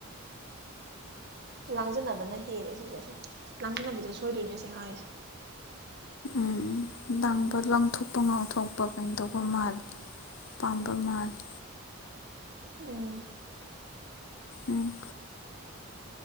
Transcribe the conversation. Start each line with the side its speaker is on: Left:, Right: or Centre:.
Right: ꯂꯥꯡꯖꯟꯅꯅꯕꯅ ꯍꯦꯜꯔꯦ ꯁꯤꯗꯁꯨ ꯂꯥꯡꯖꯟꯅꯅꯕꯗ ꯁꯣꯏꯗꯣꯏꯅꯦ ꯁꯦꯉꯥꯡꯁꯦ
Left: ꯎꯝ ꯎ ꯂꯥꯡꯕ ꯂꯪꯊꯣꯛꯄ ꯉꯥꯎꯊꯣꯛꯄ ꯀꯩꯅ ꯇꯧꯕ ꯃꯥꯜꯂꯤ ꯄꯥꯝꯕ ꯃꯥꯂꯦ
Right: ꯎꯝ
Left: ꯎꯝ